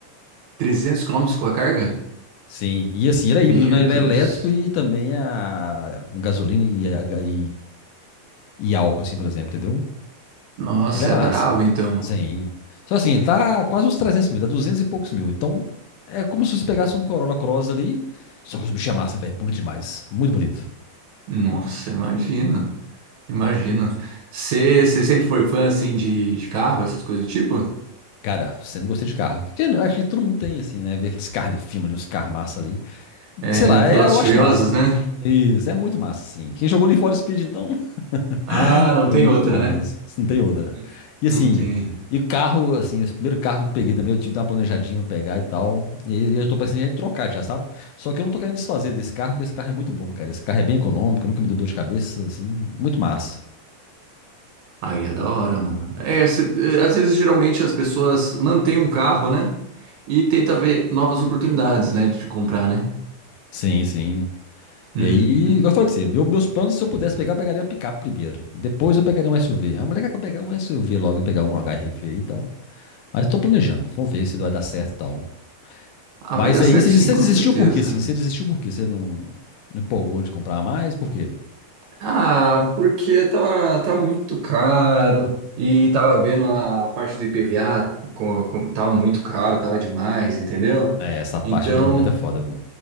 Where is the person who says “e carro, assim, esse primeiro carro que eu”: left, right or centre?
Left